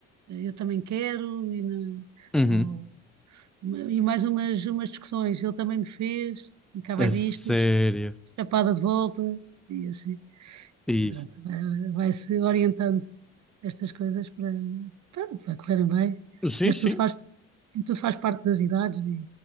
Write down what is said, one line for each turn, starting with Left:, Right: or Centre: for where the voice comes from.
Right: eh, eu também quero e, na-
Centre: Uhum.
Right: ou- e mais umas, umas discussões. Ele também me fez e cá vai
Centre: É
Right: disto,
Centre: sério.
Right: chapada de volta e assim.
Centre: E...
Right: E pronto, vai, vai-se orientando estas coisas para, pronto, vai correrem bem,
Centre: Sim,
Right: mas
Centre: sim.
Right: tudo faz, tudo faz parte das idades e